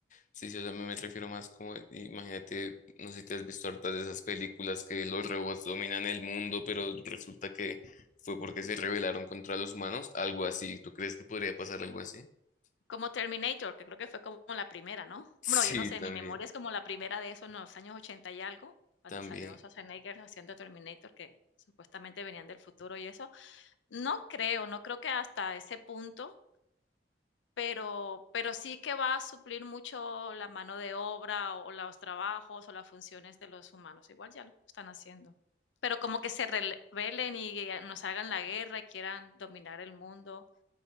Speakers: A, on the left; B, on the left.
A: Sí, sí, o sea, me, me refiero más como, imagínate, no sé si te has visto hartas de esas películas que los robots dominan el mundo, pero resulta que fue porque se rebelaron contra los humanos, algo así. ¿Tú crees que podría pasar algo así? <laughs>
B: Como Terminator, que creo que fue como la primera, ¿no?
A: Sí,
B: Bueno, yo no sé,
A: también,
B: mi memoria es como la primera de eso en los años 80 y algo, cuando
A: también.
B: salió Schwarzenegger haciendo Terminator, que supuestamente venían del futuro y eso. No creo, no creo que hasta ese punto, pero pero sí que va a suplir mucho la mano de obra, o los trabajos, o las funciones de los humanos. Igual ya lo están haciendo. Pero como que se rele rebelen y nos hagan la guerra y quieran dominar el mundo.